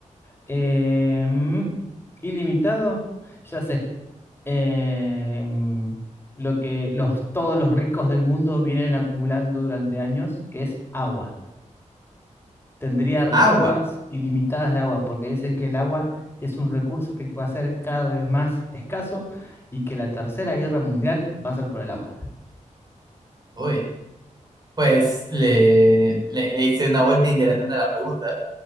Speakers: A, on the left (about 15°); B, on the right (about 30°).
A: em, ilimitado, ya sé. Em, lo que los, todos los ricos del mundo vienen acumulando durante años, que es agua. Tendría reservas
B: Agua,
A: ilimitadas de agua, porque dicen que el agua es un recurso que va a ser cada vez más escaso y que la Tercera Guerra Mundial va a ser por el agua.
B: uy. Pues le, le, le hice una vuelta interesante a la pregunta.